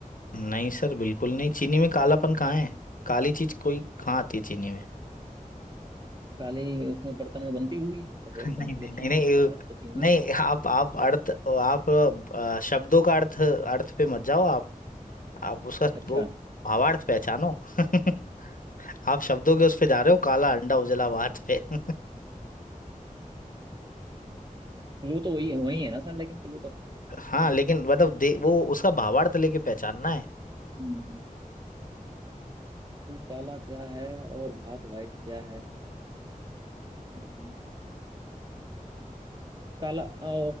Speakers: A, on the left; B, on the right.
A: नहीं सर बिल्कुल नहीं चीनी में कालापन कहाँ है काली चीज कोई कहाँ आती है चीनी में
B: काली उसमें बर्तन में बनती होगी सफेद
A: <laughs> नहीं
B: बनती
A: नहीं
B: है
A: नहीं
B: चीनी
A: नहीं
B: भाप
A: अ,
B: तो चीनी
A: नहीं आप आप अर्थ आप अ, शब्दों का अर्थ अर्थ पे मत जाओ आप आप उसका
B: अच्छा
A: वो भावार्थ पहचानो <laughs> आप शब्दों के उस पे जा रहे हो काला अंडा उजला भात पे <laughs>
B: क्लू तो वही वही है ना सर लेकिन क्लू तो
A: हाँ लेकिन मतलब दे वो उसका भावार्थ लेके पहचानना है
B: क्लू काला क्या है और भात वाइट क्या है अम्म, काला अ,